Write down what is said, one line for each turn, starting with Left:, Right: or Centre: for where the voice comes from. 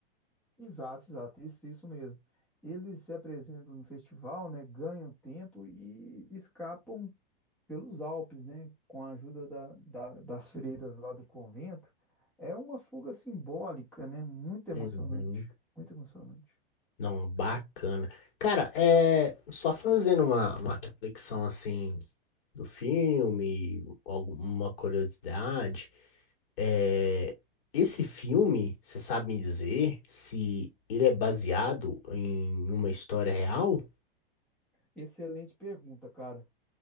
Centre: Exato, exato, isso, isso mesmo. Eles se apresentam no festival, né, ganham tempo e escapam pelos Alpes, né, com a ajuda da, da- das freiras lá do convento. É uma fuga simbólica, né, muito emocionante,
Left: Uhum.
Centre: muito emocionante.
Left: Não, bacana. Cara, é só fazendo uma, uma reflexão assim do filme, alguma curiosidade. É, esse filme, você sabe me dizer se ele é baseado em uma história real?
Centre: Excelente pergunta, cara.